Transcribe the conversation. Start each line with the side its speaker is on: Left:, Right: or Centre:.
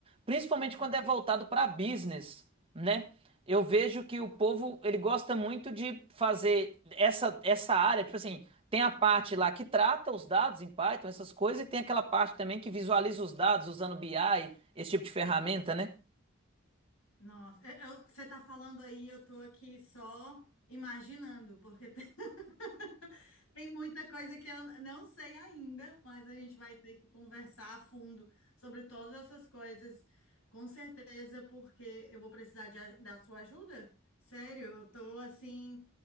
Right: Principalmente
Left: sim.
Right: quando é voltado para business, né? Eu vejo que o povo, ele gosta muito de fazer essa, essa área, tipo assim, tem a parte lá que trata os dados em Python, essas coisas, e tem aquela parte também que visualiza os dados usando BI, esse tipo de ferramenta, né?
Left: Nossa, eu- eu- você está falando aí, eu estou aqui só imaginando, porque tem, <laughs> tem muita coisa que eu não sei ainda, mas a gente vai ter que conversar a fundo sobre todas essas coisas, com certeza, porque eu vou precisar de a- da sua ajuda. Sério, eu estou assim,